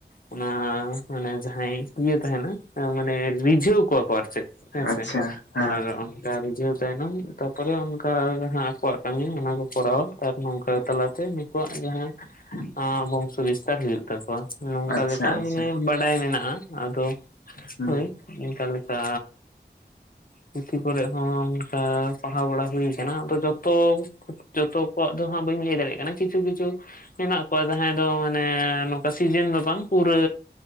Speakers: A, on the left (about 55°); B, on the left (about 85°).
A: ᱚᱱᱟ ᱢᱟᱱᱮ ᱡᱟᱦᱟᱸᱭ ᱤᱭᱟᱹ ᱛᱟᱦᱮᱱᱟ ᱢᱟᱱᱮ ᱨᱤᱡᱷᱟᱹᱣ ᱠᱚᱣᱟ ᱠᱚ ᱟᱨ ᱪᱮᱫ ᱦᱮᱸ
B: ᱟᱪᱪᱷᱟ
A: ᱥᱮ
B: ᱦᱮᱸ
A: ᱟᱨ ᱚᱱᱠᱟ ᱨᱤᱡᱷᱟᱹᱣ ᱛᱟᱭᱱᱚᱢ ᱛᱟᱯᱚᱨᱮ ᱚᱱᱠᱟ ᱡᱟᱦᱟᱸ ᱟᱠᱚᱣᱟᱜ ᱠᱟᱹᱢᱤ ᱚᱱᱟ ᱠᱚ ᱠᱚᱨᱟᱣᱟ᱾ ᱟᱨ ᱱᱚᱝᱠᱟ ᱛᱟᱞᱟᱛᱮ ᱱᱩᱠᱩᱣᱟᱜ ᱡᱟᱦᱟᱸ
B: <inaudible>
A: ᱵᱚᱝᱥᱚ ᱵᱤᱥᱛᱟᱨ ᱦᱩᱭᱩᱜ ᱛᱟᱠᱚᱣᱟ ᱱᱚᱝᱠᱟ
B: ᱟᱪᱪᱷᱟ
A: ᱞᱮᱠᱟ
B: ᱟᱪᱪᱷᱟ
A: ᱢᱟᱱᱮ ᱵᱟᱰᱟᱭ ᱢᱮᱱᱟᱜᱼᱟ ᱟᱫᱚ
B: ᱦᱩᱸ
A: ᱦᱳᱭ ᱚᱱᱠᱟ ᱞᱮᱠᱟ ᱯᱩᱛᱷᱤ ᱠᱚᱨᱮ ᱦᱚᱸ ᱚᱱᱠᱟ ᱯᱟᱲᱦᱟᱣ ᱵᱟᱲᱟ ᱦᱩᱭ ᱟᱠᱟᱱᱟ ᱟᱫᱚ ᱡᱚᱛᱚ ᱡᱚᱛᱚ ᱠᱚᱣᱟᱜ ᱫᱚ ᱦᱟᱸᱜ ᱵᱟᱹᱧ ᱞᱟᱹᱭ ᱫᱟᱲᱮᱭᱟᱜ ᱠᱟᱱᱟ ᱠᱤᱪᱷᱩ ᱠᱤᱪᱷᱩ ᱦᱮᱱᱟᱜ ᱠᱚᱣᱟ ᱡᱟᱦᱟᱸᱭ ᱫᱚ ᱢᱟᱱᱮ ᱱᱚᱝᱠᱟ ᱥᱤᱡᱮᱱ ᱫᱚ ᱵᱟᱝ ᱯᱩᱨᱟᱹ